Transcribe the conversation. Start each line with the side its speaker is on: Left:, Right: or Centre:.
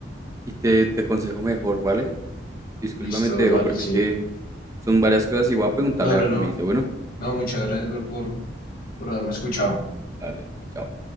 Right: y te, te aconsejo mejor, ¿vale? Discúlpame,
Left: Listo,
Right: te
Left: bro,
Right: dejo
Left: vale,
Right: porque
Left: sí.
Right: es que son varias cosas y voy a preguntarle
Left: No,
Right: a
Left: no,
Right: ver qué
Left: no.
Right: me dice. Bueno,
Left: No, muchas gracias, bro, por, por haberme escuchado.
Right: vale, chao.